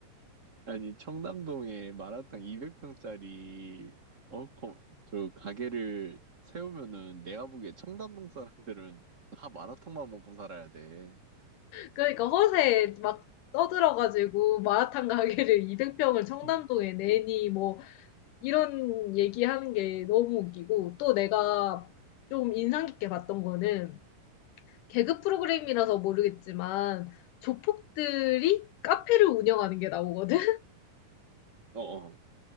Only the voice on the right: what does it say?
아니, 청담동에 마라탕 200평짜리, 어, 거- 저, 가게를 세우면은 내가 보기에 청담동 사람들은 다 마라탕만 먹고 살아야 돼.
음,
어, 어.